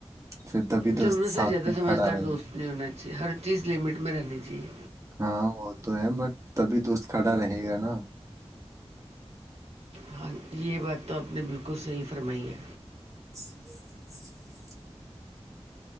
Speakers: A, on the right (about 30°); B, on the right (about 85°).
A: پھر تبھی
B: ضرورت
A: دوست ساتھ
B: سے زیادہ
A: میں
B: سمجھدار
A: کھڑا رہے
B: دوست
A: گا
B: نہیں ہونا چاہیے چیز لمٹ میں رہنی چاہیے
A: ہاں وہ تو ہیں بٹ تبھی دوست کھڑا رہے گا نا
B: ہاں یہ بات تو آپ نے بالکل صحیح فرمائی ہے
A: <inaudible>